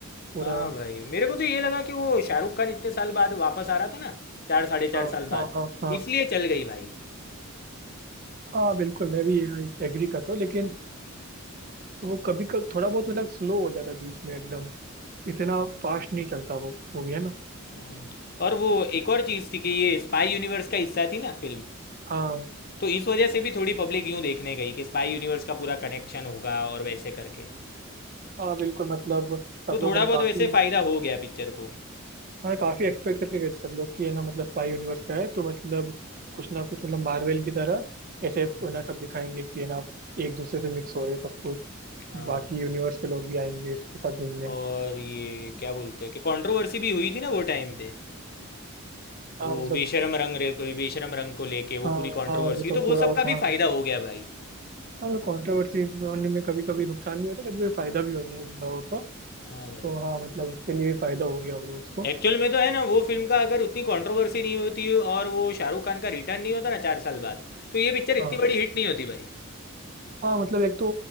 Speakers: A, on the right (about 40°); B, on the left (about 45°).
A: पूरा
B: हाँ भाई मेरे को तो ये लगा कि वो शाहरुख खान इतने साल बाद वापस आ रहा था ना चार साढ़े चार
A: हाँ
B: साल
A: हाँ
B: बाद
A: हाँ हाँ
B: इसलिए चल गई भाई
A: हाँ बिल्कुल मैं भी एग्री करता हूँ लेकिन वो कभी कभी थोड़ा बहुत मतलब स्लो हो जाता है बीच में एकदम इतना फास्ट नहीं चलता वो मूवी है ना
B: हम्म, और वो एक और चीज़ थी कि ये स्पाई यूनिवर्स का हिस्सा थी ना फिल्म
A: हाँ
B: तो इस वजह से भी थोड़ी पब्लिक यूँ देखने गई कि स्पाई यूनिवर्स का पूरा कनेक्शन होगा और वैसे करके
A: हाँ बिल्कुल मतलब
B: तो
A: सब
B: थोड़ा
A: लोगों ने
B: बहुत
A: काफी
B: वैसे फ़ायदा हो गया पिक्चर को
A: हाँ काफी एक्सपेक्ट करके गए थे सब लोग कि ये ना मतलब स्पाई यूनिवर्स का है तो मतलब कुछ ना कुछ मतलब मार्वल की तरह ऐसे
B: हम्म,
A: ना सब दिखाएंगे कि ये ना एक दूसरे
B: हम्म।
A: से मिक्स हो रहे हैं सब कुछ
B: हाँ
A: बाकी यूनिवर्स के लोग भी आएंगे इसके साथ मिलने
B: और ये क्या बोलते हैं कि कंट्रोवर्सी भी हुई थी ना वो टाइम पे
A: हाँ
B: वो
A: मतलब
B: बेशरम रंग रे कोई बेशरम रंग को लेके वो
A: हाँ
B: पूरी कंट्रोवर्सी
A: हाँ वो
B: हुई,
A: तो
B: तो
A: पूरा
B: वो सब
A: वो
B: का
A: कहाँ
B: भी फायदा हो गया भाई
A: हाँ कॉन्ट्रोवर्सी होने में कभी कभी नुकसान भी होता है कभी कभी फायदा भी हो जाए उन लोगों को
B: हाँ भाई
A: तो हाँ मतलब उसके लिए भी फायदा हो गया होगा उसको
B: एक्चुअल में तो है ना वो फिल्म का अगर उतनी कंट्रोवर्सी नहीं होती और वो शाहरुख खान का रिटर्न नहीं होता ना चार साल बाद तो ये पिक्चर इतनी
A: हाँ
B: बड़ी हिट नहीं होती भाई
A: हाँ मतलब एक तो